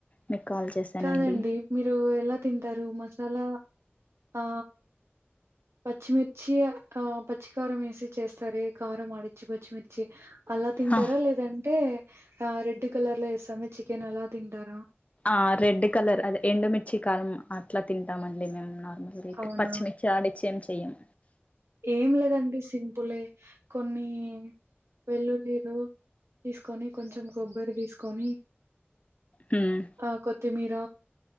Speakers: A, on the left; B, on the right.
A: మీకు కాల్ చేశానండి
B: కాదండి మీరు ఎలా తింటారు మసాలా ఆ పచ్చిమిర్చి ఆ పచ్చి కారం వేసి చేస్తారు కారం ఆడిచ్చి పచ్చిమిర్చి అలా తింటారా
A: హ
B: లేదంటే ఆ రెడ్ కలర్ లో వేస్తామ చికెన్ అలా తింటారా
A: ఆ రెడ్ కలర్ అది ఎండుమిిర్చి కారం అట్లా తింటామండి మేము నార్మల్గా ఇ
B: అవునా
A: పచ్చిమిర్చి ఆడిచ్చే ఏమి చెయ్యం
B: ఏం లేదండి సింపులే కొన్ని వెల్లులిరు తీసుకొని కొంచెం కొబ్బరి తీసుకొని
A: హ్మ్
B: ఆ కొత్తిమీర